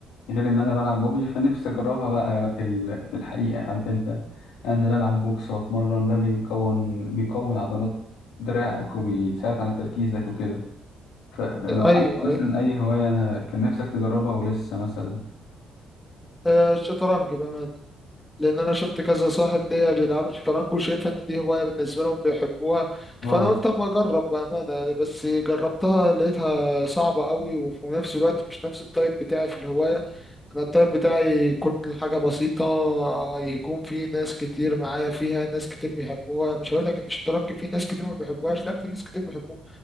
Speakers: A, on the left; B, on the left.
A: غير إن أنا بلعب ببجي فنفسي أجربها بقى في ال- في الحقيقة عارف أنت أنزل ألعب بوكس وأتمرن ده بيكون بيقوي عضلات دراعك وبيساعد على تركيزك وكده فلو
B: ايوه
A: عندك مثلا
B: ايوه
A: أي هواية أنا كان نفسك تجربها ولسه مثلا
B: آه، الشطرنج بقى لان انا شفت كذا صاحب ليا بيلعبوا شطرنج وشايفها ان دي هوايه بالنسبه لهم بيحبوها فانا
A: آه
B: قلت اما اجرب بامانه يعني بس جربتها لقيتها صعبه قوي وفي نفس الوقت مش نفس التايب بتاعي في الهوايه انا التايب بتاعي يكون الحاجه بسيطه يكون في ناس كتير معايا فيها ناس كتير بيحبوها مش هقول لك ان الشطرنج في ناس كتير ما بيحبوهاش لا في ناس كتير بيحبوها